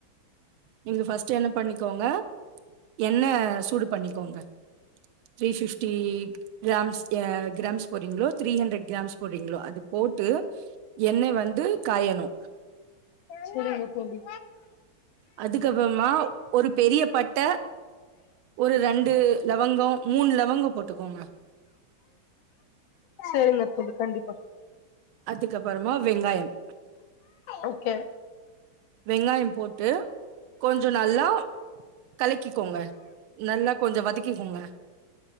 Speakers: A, on the right; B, on the left.
A: நீங்க ஃபஸ்ட் என்ன பண்ணிக்கோங்க எண்ண சூடு பண்ணிக்கோங்க த்ரீ பிஃப்டீ கிராம்ஸ் எ கிராம்ஸ் போறீங்களோ த்ரீ ஹண்ட்ரட் கிராம்ஸ் போறீங்களோ அது போட்டு எண்ணெ வந்து காயணு
B: சரிங்க தோழி
A: அதுக்கப்றமா ஒரு பெரிய பட்ட ஒரு ரெண்டு லவங்கோ மூணு லவங்கோ போட்டுக்கோங்க
B: சரிங்க தோழி கண்டிப்பா
A: அதுக்கப்பறமா வெங்காயம்
B: ஓ கே
A: வெங்காய போட் ட்டு கொஞ்சோ நல்லா கலக்கிக்கோங்க நல்லா கொஞ்ச வதக்கிக்கோங்க